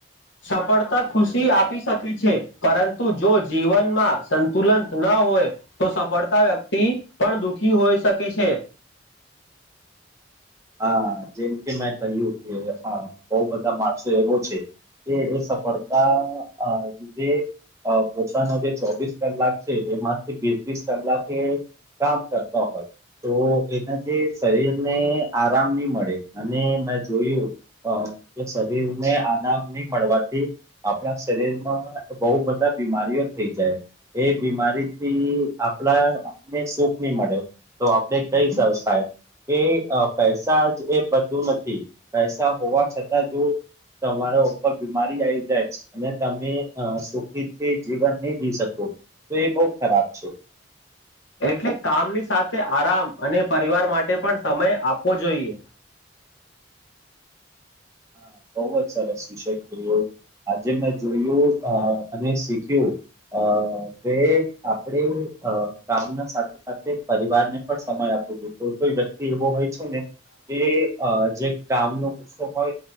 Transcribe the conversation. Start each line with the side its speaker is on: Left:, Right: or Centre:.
Left: સફળતા ખુશી આપી શકે છે. પરંતુ જો જીવનમાં સંતુલન ન હોય તો સફળતા વ થી પણ દુઃખી હોઈ શકે છે.
Right: આહા જેમ કે મેં કહ્યું કે, હ બહ બધા માણસો એવો છે. એ એ સફળતા અ લીધે અ પોતાના જે ચોવીસ કલાક છે. એમાંથી વીસ વીસ કલાકે કામ કરતા હોય. તો એના જે શરીરને આરામ નહી મળે. અને મેં જોયું અ કે શરીર ને આનામ નહી મળવાથી આપણા શરીર માં બહું બધા બીમારીઓ થઈ જાય. એ બીમારી થી આપણાને સુખ નહી મળે. તો આપણે કહી શકાય, કે એ પૈસા જ એ બધું નથ થી પૈસા હોવા છતાં જો તમારા ઉપર બીમારી આવી જાય અને તમે અ સુખીથી જીવન નહી જી શકો તો એ બહુ ખરાબ છે.
Left: એટલે કામની સાથ આરામ, અને પરિવાર માટે પણ સમય આપવો જોઈએ.
Right: હા બહવ જ સરસ વિષેકું આજે મેં જોયું અને શીખ્યું અ કે આપણે અ કામના સાથે સાથે પરિવાર ને પણ સમય આપવો જોઈએ કોઈ કોઈ વ્યક્તિ એવો હોય છે ને કે જે કામનોો ગુસ્સો હો